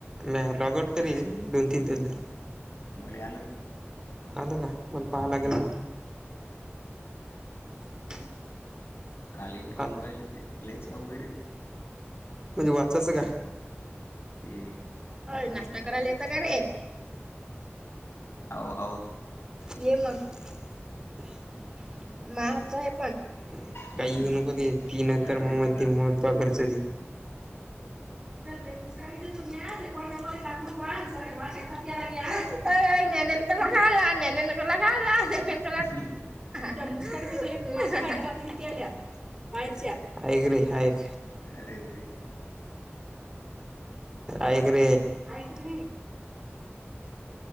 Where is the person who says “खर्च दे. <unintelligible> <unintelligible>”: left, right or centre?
Right